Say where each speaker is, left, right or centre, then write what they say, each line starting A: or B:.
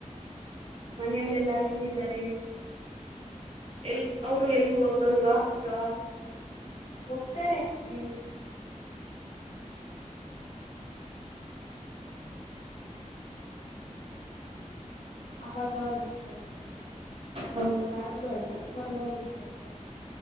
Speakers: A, on the right (about 50°); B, on the left (about 70°).
A: ಮನೆಲೆೆಲ್ಲಾ ಹೆಂಗಿದ್ದಾರೆ ಎಲ್ ಅವರು ಎಲ್ಗೂ ಹೋಗಲ್ವಾ ಪ್ರವಾಸ
B: ಹೋಗ್ತಾರೆ ನ್ನೇನಿಲ್ಲಾ ಅವಾಗವಾಗ ಹೋಗ್ತಾರೆ
A: ಹೌದಾ
B: ಯಾವಾಗ್ಲು ಅಲ್ಲ ಅವಾಗವಾಗ ಹೋಗ್ತಾ ಇರ್ತೀನಿ